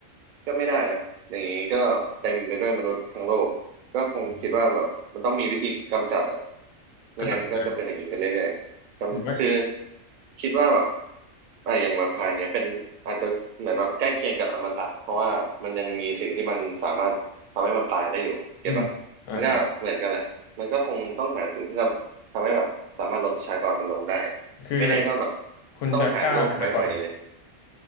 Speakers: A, on the right; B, on the left.
A: ก็ไม่ได้นะอย่างนี้ก็เต็มไปด้วยมนุษย์ทั้งโลกก็คงคิดว่าแบบมันต้องมีวิธีกำจัดอะ
B: อืม
A: ไม่งั้นก็จะเป็นอย่างนี้ไปเรื่อยๆกำคือ
B: ก็จัดมาหนึ่งไว้
A: คิดว่าแบบอ่าอย่างแวมไพร์เนี่ยเป็นอาจจะเหมือนว่าใกล้เคียงกับอมตะเพราะว่ามันยังมีสิ่งที่มันสามารถทำให้มันตายได้อยู่เก็ตปะ
B: อืมอ่าครับ
A: มันก็เหมือนกันแหละมันก็คงต้องหาสิ่งที่ทำทำให้แบบสามารถลดประชากรมันลงได้
B: คือ
A: ไม่แน่ก็แบบ
B: คุณจะฆ่าประชากร
A: ต้องหาโลกใบใหม่เลย